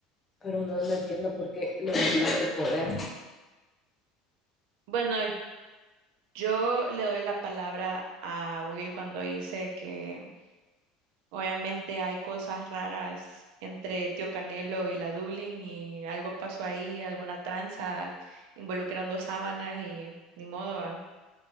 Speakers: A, on the left; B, on the right.
A: pero no, no entiendo por qué le dan tanto poder.
B: Bueno, yo le doy la palabra a Will cuando dice que Obviamente hay cosas raras entre Tío Canelo y la Dublín y algo pasó ahí, alguna tranza involucrando sábanas y ni modo, va,